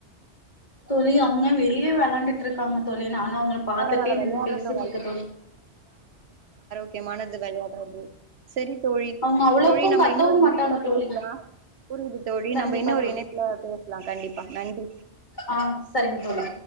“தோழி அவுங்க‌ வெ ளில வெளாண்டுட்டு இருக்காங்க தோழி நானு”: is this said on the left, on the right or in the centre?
Left